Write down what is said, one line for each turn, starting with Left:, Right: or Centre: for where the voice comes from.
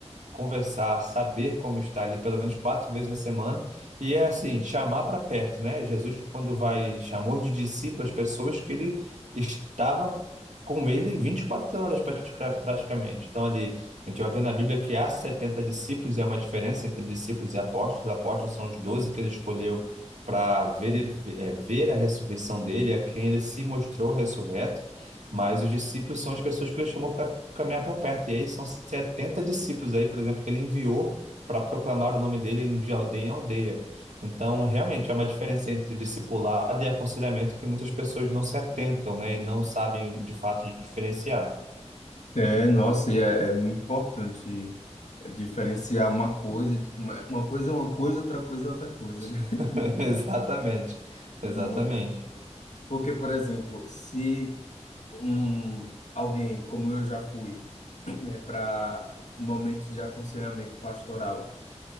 Right: conversar, saber como está ali pelo menos quatro vezes na semana e é assim, chamar para perto, né? Jesus, quando vai, chamou de discípulos pessoas que ele estava com ele 24 horas pratica- praticamente. Então ali, a gente vai ver na Bíblia que há 70 discípulos, é uma diferença entre discípulos e apóstolos. Apóstolos são os 12 que ele escolheu para ver, é, ver a ressurreição dele, a quem ele se mostrou ressurreto, mas os discípulos são as pessoas que ele chamou para caminhar por perto. E aí são 70 discípulos aí, por exemplo, que ele enviou para proclamar o nome dele de aldeia em aldeia. Então, realmente, há uma diferença entre discipulado e aconselhamento que muitas pessoas não se atentam, né, e não sabem de fato diferenciar.
Left: É, nossa, e é, é muito importante diferenciar uma coisa, uma uma coisa é uma coisa, outra coisa é outra coisa, né?
Right: <laughs> Exatamente,
Left: Muito
Right: exatamente.
Left: importante. Porque, por exemplo, se um alguém como eu já fui, <clears throat> né, para momentos de aconselhamento pastoral,